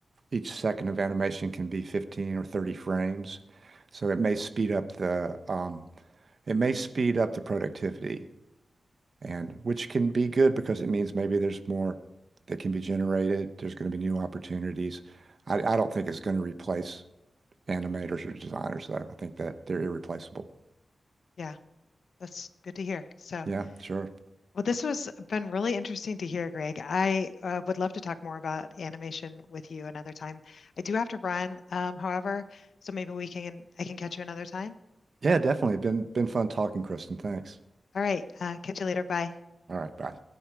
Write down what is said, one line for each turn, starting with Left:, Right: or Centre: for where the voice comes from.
Right: each second of animation can be 15 or 30 frames. So it may speed up the um, it may speed up the productivity and which can be good because it means maybe there's more that can be generated. There's going to be new opportunities. I, I don't think it's going to replace animators or designers though. I think that they're irreplaceable.
Left: Yeah, that's good to hear. So,
Right: Yeah, sure.
Left: well, this was been really interesting to hear, Greg. I uh, would love to talk more about animation with you another time. I do have to run, um, however, so maybe we can I can catch you another time.
Right: Yeah, definitely. Been been fun talking, Kristen. Thanks.
Left: All right, uh, catch you later. Bye.
Right: All right, bye.